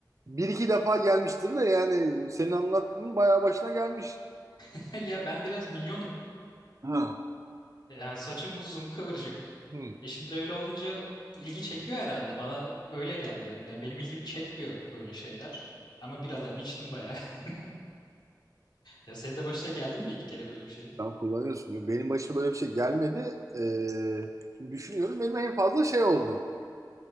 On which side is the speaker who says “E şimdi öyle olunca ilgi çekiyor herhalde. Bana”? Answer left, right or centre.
Left